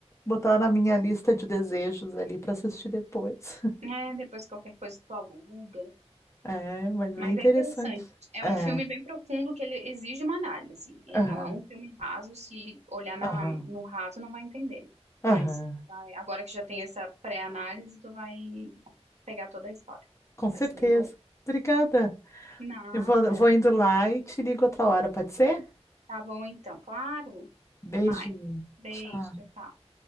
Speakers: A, on the left; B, on the right.
A: botar na minha lista de desejos ali para assistir depois. <laughs>
B: É, depois qualquer coisa tu aluga.
A: É, mas bem
B: Mas
A: interessante.
B: é interessante. É
A: É,
B: um filme bem profundo que ele exige uma análise. Ele
A: aham,
B: não é um filme raso, se olhar na,
A: aham,
B: no raso não vai entender.
A: aham.
B: Mas vai- agora que já tem essa pré-análise, tu vai pegar toda a história.
A: Com certeza.
B: Vai ser bem bom.
A: Obrigada.
B: Nada.
A: Eu vou, vou indo lá e te ligo outra hora, pode ser?
B: Tá bom então, claro.
A: Beijinho.
B: Até mais. Beijo,
A: Tchau.
B: tchau. tchau.